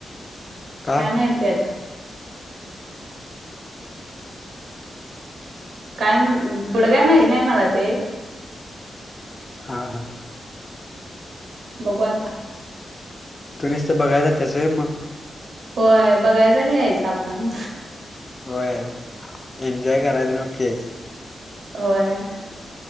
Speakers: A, on the left; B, on the right.
A: का?
B: काय मा येत आता काय पुढं काय माहिती नाही मला ते
A: हा, हा,
B: बघू आता.
A: तु् नुसतं बघायला जात्यास व्हय मग
B: होय बघायच नाही यायचं आपण
A: होय एन्जॉय करायच नकच
B: होय.